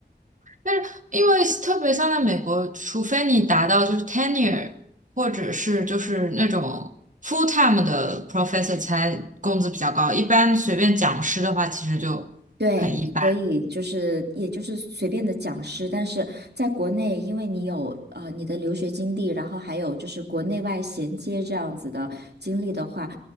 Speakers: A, on the right; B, on the right.
A: 但是因为特别像在美国，除非你达到就是 tenure 或者是就是那种 full time 的 professor 才工资比较高，一般随便讲师的话其实就很一般。
B: 对，所以就是也就是随便的讲师，但是在国内，因为你有呃你的留学经历，然后还有就是国内外衔接这样子的经历的话，